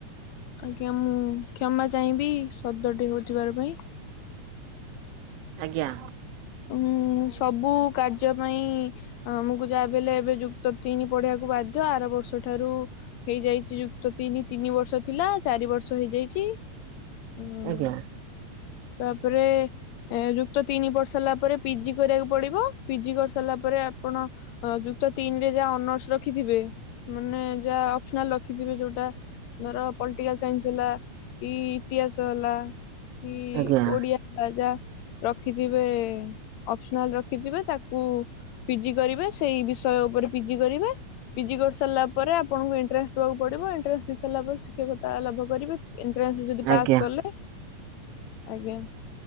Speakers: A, on the left; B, on the right.
A: ଆଜ୍ଞା ମୁଁ କ୍ଷମା ଚାହିଁବି ଶବ୍ଦଟି ହଉଥିବାର ପାଇଁ।
B: ଆଜ୍ଞା।
A: ଉଁ ସବୁ କାର୍ଯ୍ୟ ପାଇଁ ଆମକୁ ଯାହାବି ହେଲେ ଏବେ ଯୁ ତ ତିନି ପଢିବାକୁ ବାଧ୍ୟ ଆର ବର୍ଷ ଠାରୁ ହେଇଯାଇଚି ଯୁକ୍ତ ତିନି ତିନି ବର୍ଷ ଥିଲା ଚାରି ବର୍ଷ ହେଇଯାଇଡ଼ି। ହଁ
B: ଆଜ୍ଞା
A: ତାପରେ ଯୁକ୍ତ ତିନି ବର୍ଷ ହେଲା ତା ପରେ ପିଜି କରିବାକୁ ପଡିବ ପିଜି କରିସାରିଲା ପରେ ଆପଣ ଯୁକ୍ତ ତିନିରେ ଯାହା ଅନର୍ସ ରଖିଥିବେ ମାନେ ଯାହା ଅପସନାଲ ରଖିଥିବେ ଯୋଉଟା ଧର ପଲିଟିକାଲ ସାଇନ୍ସ ହେଲା କି ଇତିହାସ ହେଲା କି
B: ଆଜ୍ଞା
A: ଓଡିଆ ଯା ରଖିଥିବେ ଅପସନାଲ ରଖିଥିବେ ତାକୁ ପିଜି କରିବେ ସେଇ ବିଷୟ ଉପରେ ପିଜି କରିବେ। ପିଜି କରି ସାରିଲା ପରେ ଆପଣଙ୍କୁ ଏଣ୍ଟରାନ୍ସ ଦବାକୁ ପଡିବ ଏଣ୍ଟରାନ୍ସ ଦେଇ ସାରିଲା ପରେ ଶିକ୍ଷକତା ଲାଭ କରିବେ। ଏଣ୍ଟରାନ୍ସ ଯଦି ପାସ୍
B: ଆଜ୍ଞା।
A: କଲେ ଆଜ୍ଞା